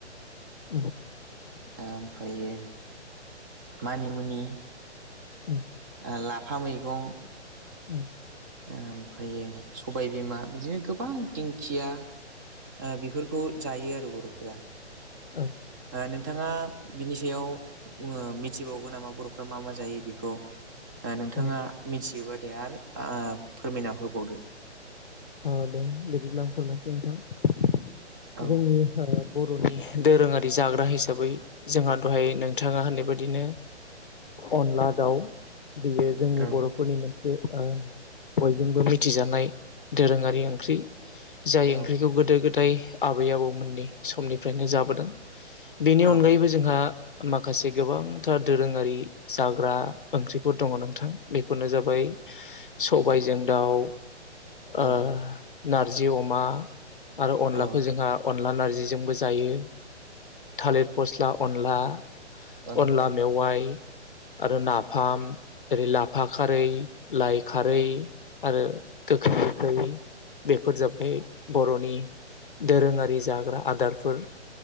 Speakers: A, on the left; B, on the right.
A: <unintelligible>
B: ओमफायो मानिमुनि
A: उम
B: ओ लाफा मैगं
A: ओ।
B: ओमफायो सबाय बिमा बिदिनो गोबां दिंखिया ओ बेफोरखौ जायो आरो बर'फोरा।
A: औ
B: ओ नोंथाङा बिनि सायाव मिथिबावगोन नामा बर'फ्रा मा मा जायो बेखौ ओ नोंथाङा
A: ओ
B: मिथियोबा दे आरो फोरमायना होबावदो
A: औ दे बिदिब्ला आं फोरमायनोसै नोंथां
B: औ
A: जोंनि बर'नि दोरोङारि जाग्रा हिसाबै जोंहा दहाय नोंथाङा होननाय बायदिनो अनला दाउ बियो जोंनि
B: औ
A: बर'फोरनि मोनसे ओ बयजोंबो मिथिजानाय दोरोङारि ओंख्रि जाय
B: औ
A: ओंख्रिखौ गोदो गोदाय आबै आबौमोननि समनिफ्रायनो जाबोदों बेनि
B: औ
A: अनगायैबो जोंहा माखासे गोबांथार दोरोङारि जाग्रा ओंख्रिफोर दङ नोंथां बेफोरनो जाबाय। सबायजों दाउ
B: औ
A: ओ नारजि अमा आरो अनलाखौ
B: औ
A: जोंहा अनला नारजि जिजोंबो जायो थालिर फस्ला अनला
B: औ
A: अनला मेवाइ आरो नाफाम ओरै लाफा खारै लाइ खारै आरो गोखै गोखै बेफोर जाबाय बर'नि दोरोङारि जाग्रा आदारफोर